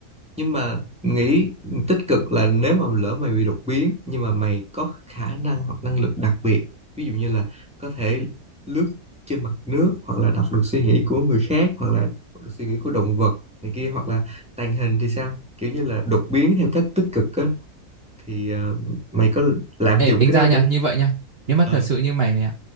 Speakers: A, in the centre; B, on the right (about 40°).
A: nhưng mà nghĩ tích cực là nếu mà lỡ mày bị đột biến nhưng mà mày có khả năng hoặc năng lực đặc biệt ví dụ như là có thể lướt trên mặt nước hoặc là đọc được suy nghĩ của người khác hoặc là đọc được suy nghĩ của động vật này kia hoặc là tàng hình thì sao kiểu như là đột biến theo cách tích cực á thì ờ, mày có lạm
B: ê
A: dụng
B: tính
A: cái
B: ra
A: đó
B: nha
A: để
B: như vậy nha nếu mà
A: ờ,
B: thật sự như mày mày ạ